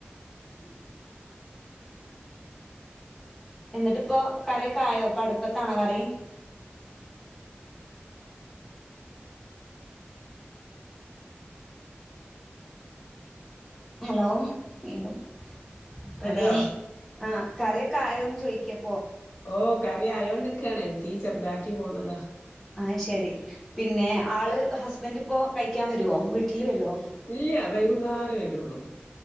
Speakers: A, on the left; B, in the centre.
A: ഉ <unintelligible>
B: ഉ <inaudible> എന്നിട്ട് ഇപ്പോ കറിക്കൊയോ ഇപ്പൊ അടുപ്പത്താണോ കറി ഹലോ വീണ്ടും റെഡിയിയായി
A: ഹലോ
B: ആ കറിയക്കായ ഒന്നന്ന് ചോദിക്കപ്പോ
A: ഓ കറി ആയോണ്ട്ക്കാണ് തീ ചെറുതാക്കി പോന്നതോ
B: ആഹ് ശരി പിന്നെ ആള് ഹസ്ബൻഡ് ഇപ്പോ കഴിക്കാൻ വരുമോ വീട്ടില് വരോ
A: ഇല്ല വൈകുന്നേരേ വരുള്ളൂ